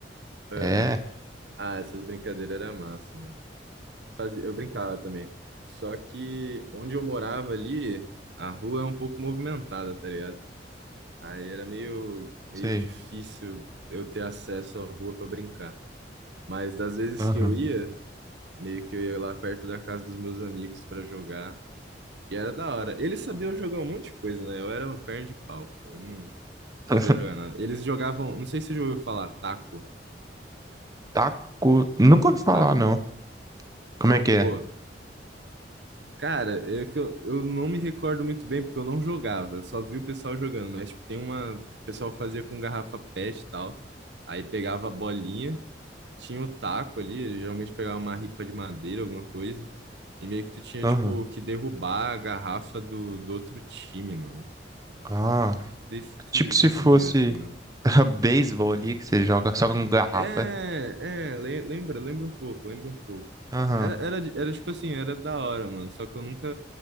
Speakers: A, on the right; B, on the right.
A: Aham.
B: É,
A: Ah, essas brincadeiras eram massa, mano. Fazia... Eu brincava também. Só que onde eu morava ali, a rua é um pouco movimentada, tá ligado? Aí era meio, meio
B: sei.
A: difícil eu ter acesso à rua para brincar. Mas das vezes
B: Aham.
A: que eu ia, meio que eu ia lá perto da casa dos meus amigos para jogar. E era da hora. Eles sabiam jogar um monte de coisa, né? Eu era uma perna de pau, pô. Eu não sabia
B: <laughs>
A: jogar nada. Eles jogavam, não sei se você já ouviu falar, taco,
B: Taco. Nunca ouvi falar,
A: taco.
B: não. Como
A: Não,
B: é que é?
A: pô. Cara, é que eu, eu não me recordo muito bem porque eu não jogava. Eu só vi o pessoal jogando, mas tipo, tem uma, o pessoal fazia com garrafa PET e tal. Aí pegava a bolinha tinha o taco ali, ele geralmente pegava uma ripa de madeira, alguma coisa, e meio que tu tinha,
B: Aham.
A: tipo, que derrubar a garrafa do, do outro time, mano.
B: Ah,
A: Desse,
B: tipo se
A: desse
B: fosse
A: nível, assim, ó.
B: <laughs> beisebol ali que você joga só com garrafa,
A: É,
B: é?
A: é, le- lembra, lembra um pouco, lembra um pouco.
B: Aham.
A: Era, era, de- era tipo assim, era da hora, mano, só que eu nunca...